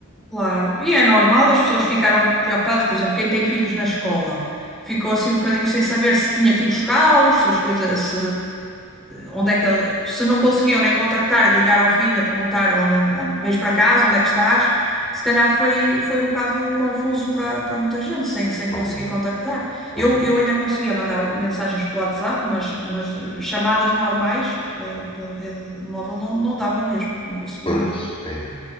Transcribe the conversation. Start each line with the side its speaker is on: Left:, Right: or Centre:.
Centre: claro. E é normal, as pessoas ficaram preocupadas, por exemplo, quem tem filhos na escola ficou assim um bocadinho sem saber se tinha que ir buscá-los, se as coisas, se, onde é que ele, se não conseguiam nem contactar e ligar ao filho a perguntar onde, onde vens para casa, onde é que estás, se calhar foi, foi um bocado confuso para, para muita gente, sem, sem conseguir
Left: É,
Centre: contactar.
Left: é,
Centre: Eu, eu ainda conseguia mandar o- mensagens pelo WhatsApp, mas, mas chamadas normais pela, pela rede móvel não, não dava mesmo, não consegui
Left: pois,
Centre: mesmo.
Left: é.